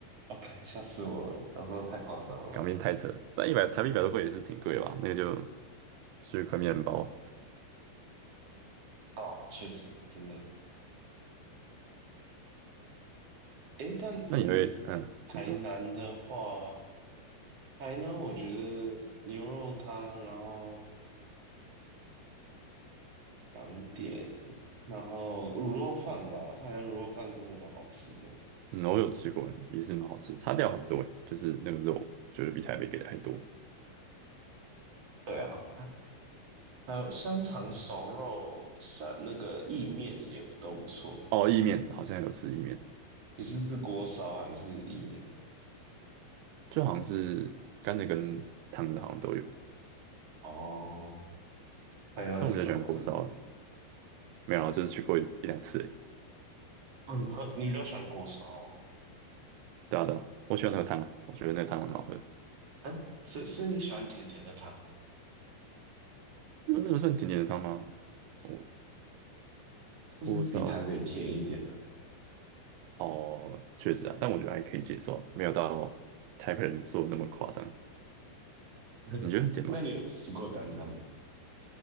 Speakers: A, on the right; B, on the right.
A: 哦，看吓死我了！想说太夸张了吧？
B: 港币太扯了，但一百台币一百多块也是挺贵的吧？那个就就是块面包，
A: 哦，确实，真的。诶，但你
B: 那你会嗯，
A: 台南的话，
B: 你说
A: 台南我觉得牛肉汤，然后港点，然后卤肉饭吧，台南卤肉饭真的蛮好吃的。
B: 嗯，我有吃过，也是蛮好吃，差料很多欸，就是那个肉觉得比台北给的还多。
A: 对啊。还有香肠、熟肉、散那个意面也都不错。
B: 哦，意面好像有吃意面。
A: 你是吃锅烧还是意面？
B: 就好像是干的跟烫的好像都有，
A: 哦，朋友很熟是不是？
B: 但我比较喜欢锅烧了。没有啊就是去过一一两次而已。
A: 哦，你朋你比较喜欢锅烧哦？
B: 对啊对啊，我喜欢喝汤啊，我觉得那个汤很好喝。
A: 啊，是是你喜欢甜甜的汤，
B: 那个那个算甜甜的汤吗？我
A: 就是比台北甜一点的、
B: 锅烧哦，确实啊，但我觉得还可以接受，没有到台北人说的那么夸张。
A: <laughs>
B: 你觉得很甜吗？
A: 那你有吃过丹丹吗？